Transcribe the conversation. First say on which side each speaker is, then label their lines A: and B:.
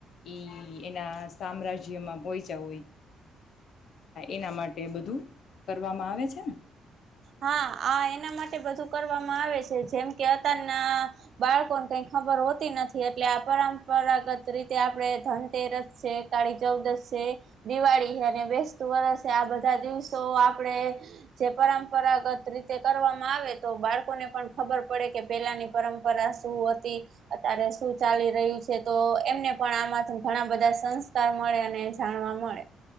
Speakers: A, on the left (about 60°); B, on the right (about 60°).
A: ઈ એના સામ્રાજ્યમાં પહોચ્યા હોય. એના માટે બધું કરવામાં આવે છે ને
B: હા આ એના માટે બધું કરવામાં આવે છે જેમ કે અત્યારના બાળકોને કઈ ખબર હોતી નથી એટલે આ પરંપરાગત રીતે આપડ ધનતેરસ છે કાળી ચૌદશ છે દિવાળી છે અને બેસત વરસ છે આ બધા દિવસો આપડે જે પરંપરાગત રીતે કરવામાં આવે તો બાળકોને પણ ખબર પડે કે પેલાની પરંપરા શું હતી અત્યારે શું ચાલી રહ્યું છે તો એમને પણ આમાંથી ઘણા બધા સંસ્કાર મળે અને જાણવા મળે.